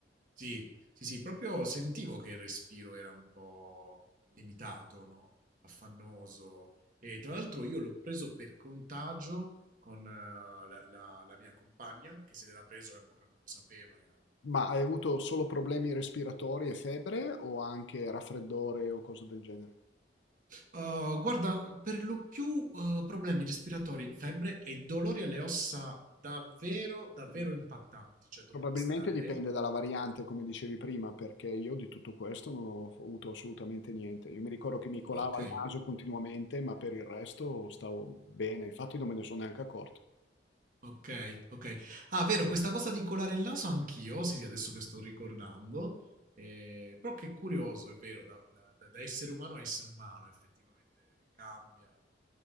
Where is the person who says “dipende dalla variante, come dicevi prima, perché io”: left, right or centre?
Left